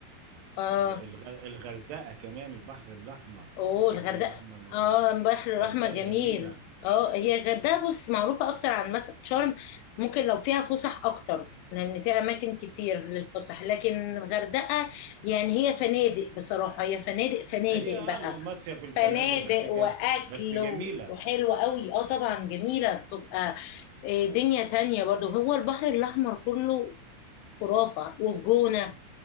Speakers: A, on the left; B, on the right.
A: اه
B: ال- الغ- الغردقة كمان البحر الأحمر
A: اوه
B: البحر
A: الغردقه
B: الأحمر جميل
A: اه البحر الاحمر
B: الغردقة
A: جميل
B: جميلة
A: اه هي الغردقه بص معروفه اكتر عن مثلا شرم ممكن لو فيها فسح اكتر لان في اماكن كتير للفسح لكن الغردقه يعني هي فنادق بصراحه هي فنادق فنادق
B: هي آه
A: بقى
B: المصيف في الفنادق
A: فنادق
B: بس جا-
A: واكل
B: بس جميلة
A: و- وحلوه قوي اه طبعا جميله بتبقى آه، دنيا تانية برضو هو البحر الاحمر كله خرافه والجونه